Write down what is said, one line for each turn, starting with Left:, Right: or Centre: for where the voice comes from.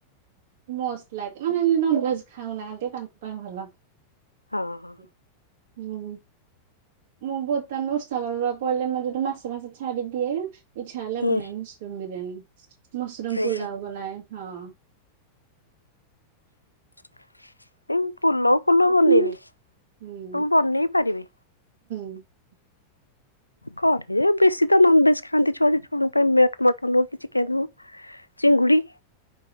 Right: ମସ୍ତ ଲାଗେ। ମାନେ ନେ ନନଭେଜ ଖାଉନାହାନ୍ତି ତାଙ୍କ ପାଇଁ ଭଲ।
Left: ହଁ ହଁ।
Right: ହୁଁ। ମୁଁ ବର୍ତ୍ତମାନ ଓଷାବାର ଉରା ପଡିଲେ ।ମୁଁ ଗୋଟେ ମାସ ମାସ ଛାଡିଦିଏ। ଏଇ ଛାଡିଲ
Left: ହୁଁ
Right: ବନାଏ ମସରୁମ ବିରିୟାନୀ ।ମସରୁମ
Left: ହୁଁ
Right: ପୁଲାଉ ବନାଏ ହଁ।
Left: <inaudible> ପୁଲଉ ଫୁଲଉ
Right: ହୁଁ
Left: ବନେଇନି ତ
Right: ହୁଁ
Left: ମୁ ବନେଇ ପାରିବି।
Right: <inaudible>
Left: ଘରେ ବେଶୀ ତ ନନଭେଜ ଖାଆନ୍ତି ଛୁଆଟୁ ଛୋଟ ପାଇଁ ମଟନ୍ ହଉ କି ଚିକେନ ହଉ । ଚିଙ୍ଗୁଡି।